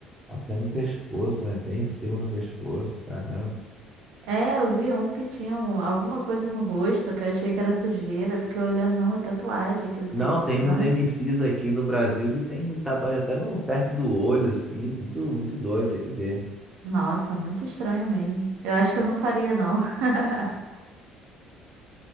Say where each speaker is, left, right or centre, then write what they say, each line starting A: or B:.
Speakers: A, in the centre; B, on the right.
A: até no pescoço, né? Até em cima no pescoço, caramba.
B: É, eu vi um que tinha um- alguma coisa no rosto que eu achei que era sujeira. Fiquei olhando, não, é tatuagem que ele tem.
A: Não,
B: Estranho.
A: tem uns MCs aqui no Brasil que tem tatuagem até no, perto do olho, assim, muito, muito doido, tem que ver.
B: Nossa, muito estranho mesmo. Eu acho que eu não faria, não. <laughs>